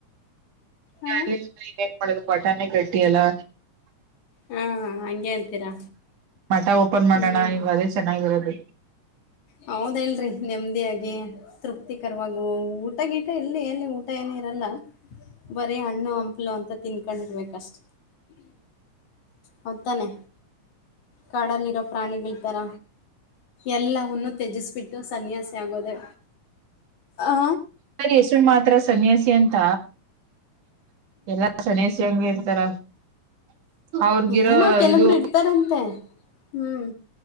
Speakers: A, on the left; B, on the right.
A: ಹ
B: ನ್ ಮಾಡೋದು ಪಟಾಣೆ ಗಟ್ಟಿ ಅಲ್ಲ <inaudible>
A: ಹಾ ಹಂಗೆ ಅಂತೀರಾ
B: ಮಠ ಓಪನ್ ಮಾಡೋಣ
A: ಹ್ಮ್
B: ಇವದೇ ಚೆನ್ನಾಗಿರೋದು
A: ಹೌದೇಲ್ರಿ ನೆಮ್ಮದಿಿಯಾಗಿ ತೃಪ್ತಿಕರವ ಊಟ ಗೀಟ ಇಲ್ಲಿ ಎಲ್ಲಿ ಊಟ ಏನ ಇರಲ್ಲ ಬರಿೀ ಹಣ್ಣು ಹಂಪಲು ಅಂತ ತಿನ್ಕೊಂಡಿರ್ಬೇಕಷ್ಟ ಹೌದು ತಾನೆ ಕಾಡಲ್ಲಿ ಇರೋ ಪ್ರಾಣಿಗಳ ತರ ಎಲ್ಲವನ್ನು ತ್ಯಜಸ್ ಬಿಟ್ಟು ಸನ್ಯಾಸಿ ಆಗೋದೆ ಆ
B: ಹೆಸರು ಮಾತ್ರ ಸನ್ಯಾಸಿ ಅಂತ ಎಲ್ಲಾ ಸನ್ಯಾಸಿ ಹಂಗೆ ಇರ್ತಾರ ಅವ್ರಗಿರೋ
A: ಏನ ಕೆಲೊಬ್ರು
B: ಇದು
A: ಇರ್ತಾರಂತೆ ಹ್ಮ್